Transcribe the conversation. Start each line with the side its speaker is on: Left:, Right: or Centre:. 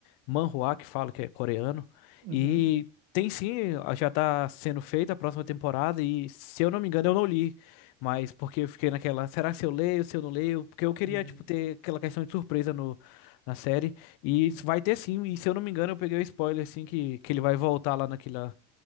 Left: Manhwa, que fala que é coreano.
Right: Uhum,
Left: E tem sim, a- já tá sendo feita a próxima temporada. E se eu não me engano, eu não li. Mas porque eu fiquei naquela, será que se eu leio, se eu não leio? Porque eu queria,
Right: uhum,
Left: tipo, ter aquela questão de surpresa no, na série. E isso
Right: uhum.
Left: vai ter sim. E se eu não me engano, eu peguei o spoiler, assim, que, que ele vai voltar lá naquela,